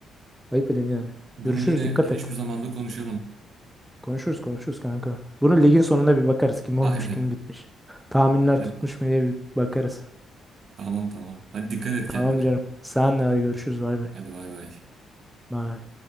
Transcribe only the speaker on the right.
Bunu
yine
geniş
bir zamanda konuşalım.
Aynen.
Hadi.
Tamam tamam. Hadi dikkat et kendine.
Hadi bay bay.